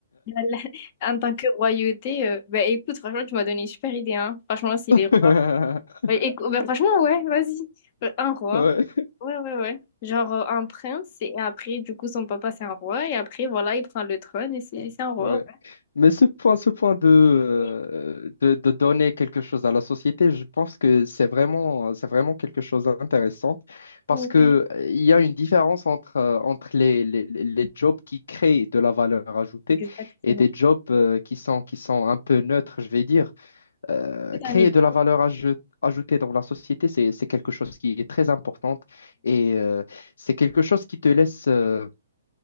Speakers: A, on the left (about 25°); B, on the left (about 80°).
A: Voilà. En tant que royauté, euh, bah écoute, franchement, tu m'as donné une super idée, hein. Franchement, si
B: <laughs>
A: les rois... Bah, écou- bah, franchement, ouais, vas-y. Euh, Un roi.
B: Ouais.
A: Ouais, ouais, ouais. Genre euh, un prince, et après, du coup, son papa, c'est un roi, et après, voilà, il prend le trône, et c'est c'est un roi.
B: Ouais. Mais ce point, ce point de, euh,
A: Ouais,
B: de, de donner quelque chose à la société, je pense que c'est vraiment, c'est vraiment quelque chose d'intéressant parce
A: Ouais,
B: que euh, il y a une différence entre, euh, entre les, les, les jobs qui créent de la valeur ajoutée
A: exactement.
B: et des jobs euh, qui sont, qui sont un peu neutres, je vais dire. Euh,
A: C'est
B: créer
A: un exemple.
B: de la valeur aj- ajoutée dans la société, c'est, c'est quelque chose qui est très importante et euh, c'est quelque chose qui te laisse euh,